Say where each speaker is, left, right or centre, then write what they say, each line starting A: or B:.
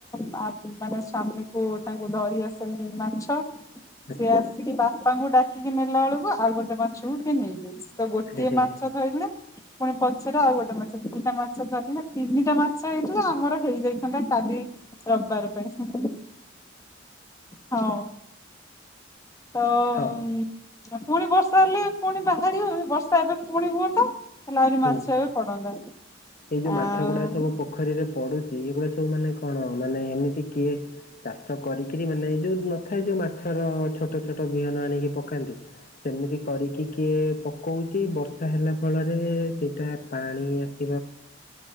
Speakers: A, on the left; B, on the left.
A: ମାନେ ସ୍ଵମୀଙ୍କୁ ତାଙ୍କୁ ଧରି ଆସେନି ମାଛ।
B: ଆଚ୍ଛା
A: ସିଏ ଆସିକି ବାପାଙ୍କୁ ଡାକିକି ନେଲା ବେଳକୁ ଆଉ ଗୋଟେ ମାଛକୁ କିଏ ନେଇଯାଇଛି। ତ ଗୋଟିଏ
B: ହେ ହେ
A: ମାଛ ଧାଇଲେ। ପୁଣି ପଛରେ ଆଉ ଗୋଟେ ମାଛ ଦିଟା ମାଛ ଧରିଲେ ତିନିଟା ମାଛ ହେଇଥିଲା ଆମର ହେଇଯାଇଥାନ୍ତା କାଲି ରବିବାର ପାଇଁ। ହଁ ତ
B: ହଉ
A: ପୁଣି ବର୍ଷା ହେଲେ ପୁଣି ବାହାରିବ ବର୍ଷା ଏବେ ପୁଣି ହୁଅନ୍ତା ହେଲା ଆହୁରି
B: ହୁଁ
A: ମାଛ ପଡନ୍ତା।
B: ଏଇ ଯୋଉ
A: ଆଉ
B: ମାଛ ଗୁଡା ସବୁ ପୋଖରୀରେ ପଡୁଛି ଏଗୁଡା ସବୁ ମାନେ କଣ ମାନେ ଏମିତି କିଏ ଚାଷ କରିକିରି ମାନେ ଯୋଉ ନଥାଏ ଯୋଉ ମାଛ ଛୋଟ ଛୋଟ ବିହନ ଆଣିକି ପକାନ୍ତି ସେମିତି କରିକି କିଏ ପକଉଛି ବର୍ଷା ହେଲା ଫଳରେ ସେଇଟା ପାଣି ଆସ